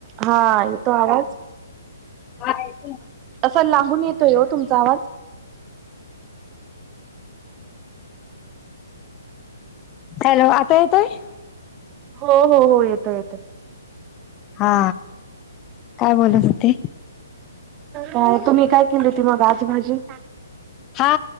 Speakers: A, on the right; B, on the left.
A: हा येतों आवाज.
B: नाहीं.
A: असं लांबून येतोय हो तुमचा आवाज.
B: हॅलो आता येतोय.
A: हो हो हो येतो येतो.
B: हा.. काय बोलत होते?
A: ह् तुम्ही काय केली होती मग आाज भाजी?
B: हा